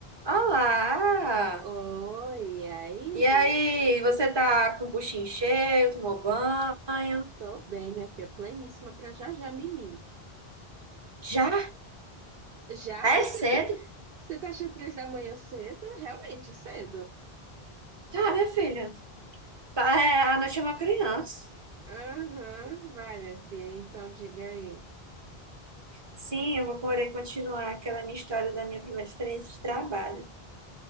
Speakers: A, on the right; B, on the right.
A: Olá!
B: Oi, e aí?
A: E aí, você tá com o buchinho cheio, tomou banho?
B: Tô bem, minha filha, pleníssima pra já já mimi.
A: Já?
B: Já?
A: Ah,
B: <laughs>
A: É cedo?
B: Você tá, você tá achando três da manhã cedo? Realmente cedo.
A: Tá, minha filha. Tá, é, a noite é uma criança.
B: Aham, vai, minha filha, então diga aí.
A: Sim, eu vou poder continuar aquela minha história da minha primeira experiência de trabalho.